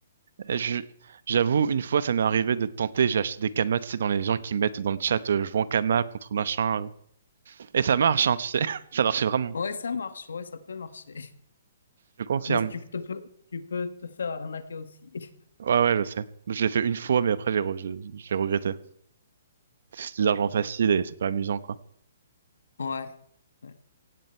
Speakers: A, on the right; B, on the left.
A: Eh, je- J'avoue, une fois, ça m'est arrivé de tenter, j'ai acheté des kamas, tu sais, dans les gens qui mettent dans le chat, euh, je vends kama contre machin. euh. Et ça marche, hein, tu sais. <laughs> Ça marchait vraiment.
B: Ouais, ça marche, ouais, ça peut marcher.
A: Je
B: <laughs>
A: confirme.
B: Mais tu te peux, tu peux te faire arnaquer aussi. <laughs>
A: Ouais, ouais, je sais. Je l'ai fait une fois, mais après, j'ai re- je- j'ai regretté. C'est de l'argent facile et c'est pas amusant, quoi.
B: Ouais, ouais,